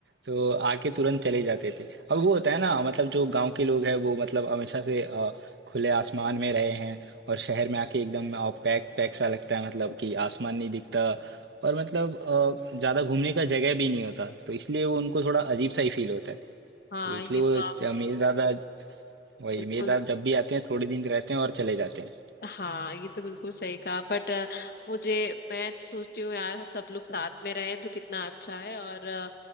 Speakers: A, on the right; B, on the left.
A: तो आके तुरंत चले जाते थे अब वो होता है ना मतलब जो गांव के लोग हैं वो मतलब हमेशा से अ, खुले आसमान में रहे हैं और शहर में आके एकदम पैक पैक सा लगता है मतलब कि आसमान नहीं दिखता और मतलब अ, ज़्यादा घूमने का जगह भी नहीं होता तो इसलिए वो उनको थोड़ा अजीब सा ही फील होता है
B: हाँ
A: तो इसलिए
B: ये
A: वो
B: तो आपने
A: ज- मेरे दादा वही
B: बिल्कुल
A: मेरे दादा जब भी आते हैं थोड़े दिन रहते हैं और चले जाते हैं
B: हाँ ये तो बिल्कुल सही कहा बट मुझे मैं तो सोचती हूँ यार सब लोग साथ में रहें तो कितना अच्छा है और अ,